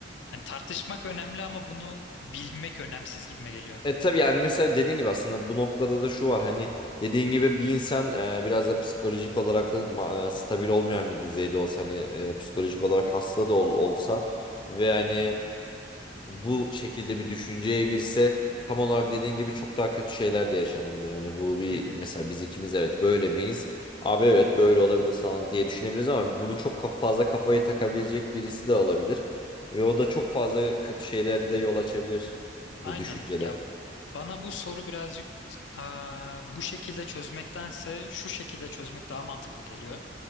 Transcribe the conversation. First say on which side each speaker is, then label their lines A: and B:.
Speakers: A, on the left; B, on the left.
A: hani tartışmak önemli ama bunu bilmek önemsiz gibime geliyor.
B: E tabii yani mesela dediğin gibi aslında bu noktada da şu var hani dediğin gibi bir insan e, biraz da psikolojik olarak da ma- e, stabil olmayan bir düzeyde olsa hani e, psikolojik olarak hasta da ol- olsa ve hani bu şekilde bir düşünceye girse tam olarak dediğin gibi çok daha kötü şeyler de yaşanabilir. Hani bu bir
A: Hı hı.
B: mesela biz ikimiz evet böyle miyiz? Abi evet böyle olabilir falan diye düşünebiliriz ama bunu çok ka- fazla kafayı takabilecek birisi de olabilir ve o da çok fazla kötü şeylere de yol açabilir
A: Aynen.
B: bu düşünceler.
A: Ya bana bu soru birazcık aa, bu şekilde çözmektense şu şekilde çözmek daha mantıklı geliyor.